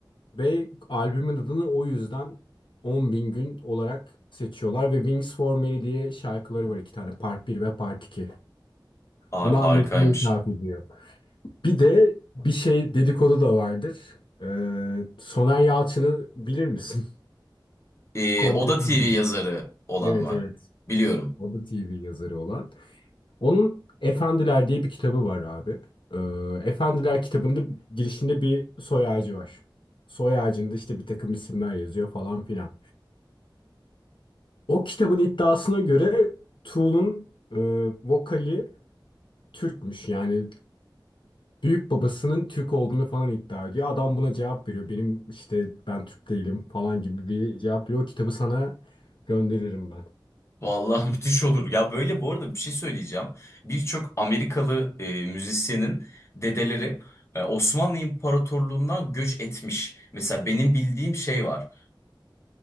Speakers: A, on the left; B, on the left.
A: ve albümün adını o yüzden 10 bin gün olarak seçiyorlar ve Wings for Mary diye şarkıları var iki tane Part bir ve Part 2.
B: Abi
A: Bunu annesine
B: harikaymış.
A: ithaf ediyor. Bir de bir şey dedikodu da vardır. Ee, Soner Yalçın'ı bilir misin? <laughs>
B: Ee,
A: Komple
B: Oda
A: Tüm
B: TV
A: Dünya.
B: yazarı olan
A: Evet
B: mı?
A: evet.
B: Biliyorum.
A: O da TV yazarı olan. Onun Efendiler diye bir kitabı var abi. Ee, Efendiler kitabında girişinde bir soy ağacı var. Soy ağacında işte bir takım isimler yazıyor falan filan. O kitabın iddiasına göre Tool'un e, vokali Türkmüş. Yani büyük babasının Türk olduğunu falan iddia ediyor. Adam buna cevap veriyor. Benim işte ben Türk değilim falan gibi bir cevap veriyor. O kitabı sana gönderirim ben.
B: Vallahi <laughs> müthiş olur. Ya böyle bu arada bir şey söyleyeceğim. Birçok Amerikalı e, müzisyenin dedeleri e, Osmanlı İmparatorluğundan göç etmiş. Mesela benim bildiğim şey var.